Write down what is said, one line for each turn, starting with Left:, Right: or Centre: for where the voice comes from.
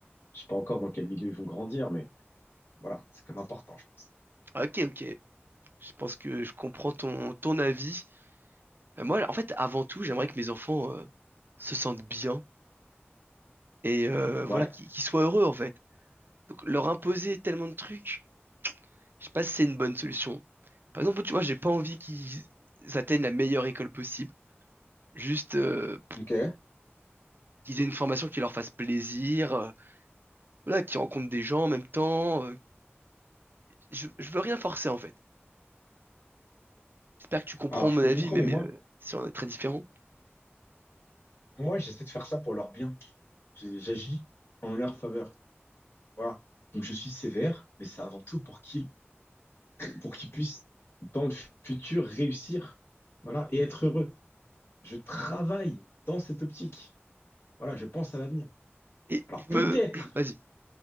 Left: Je sais pas encore dans quel milieu ils vont grandir, mais voilà, c'est comme important, je pense.
Right: Ok, ok. Je pense que je comprends ton, ton avis. Euh, moi, en fait, avant tout, j'aimerais que mes enfants euh, se sentent bien et euh, voilà,
Left: Ouais,
Right: qu'ils qu'ils soient heureux, en fait. Donc, leur imposer tellement de trucs, je sais pas si c'est une bonne solution. Par exemple, tu vois, j'ai pas envie qu'ils atteignent la meilleure école possible. Juste euh, pour
Left: ok.
Right: qu'ils aient une formation qui leur fasse plaisir, euh, voilà, qu'ils rencontrent des gens en même temps. euh, je, je veux rien forcer, en fait. J'espère que tu comprends
Left: Alors, je
Right: mon
Left: peux
Right: avis,
Left: comprendre,
Right: même
Left: mais moi,
Right: euh, si on est très différents.
Left: moi, j'essaie de faire ça pour leur bien. J'ai- J'agis en leur faveur. Voilà. Donc, je suis sévère, mais c'est avant tout pour qu'ils, pour qu'ils puissent, dans le futur, réussir. Voilà. Et être heureux. Je travaille dans cette optique. Voilà. Je pense à l'avenir.
Right: Et
Left: Alors,
Right: je
Left: peut-être
Right: me... <clears throat> Vas-y.